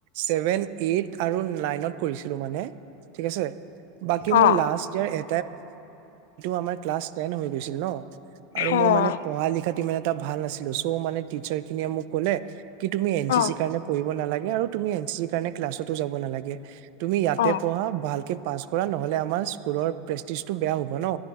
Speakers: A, on the right; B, on the left.
A: ছেভেন এইট আৰু নাইনত কৰিছিলো মানে ঠিকছে বাকী মোৰ
B: অ
A: লা এ আম্া গ আৰু
B: অ
A: মই মানে পঢ়া লিখাত ইমান এটা ভাল নাছিলো' মানে টিচাৰ খিনিয়ে মোক কলে কি তুমি এন চি
B: অ
A: চি কাৰণ আৰু ত এ চিিৰ কাৰণ ক্লাছ যাব নালাগে তুমি ইয়াতে
B: অ
A: পঢ়া ভাল পাছ কৰা নহলে আমাৰ স্কুলৰ প্ৰেক্টিচটো বেয়া হ'ব ন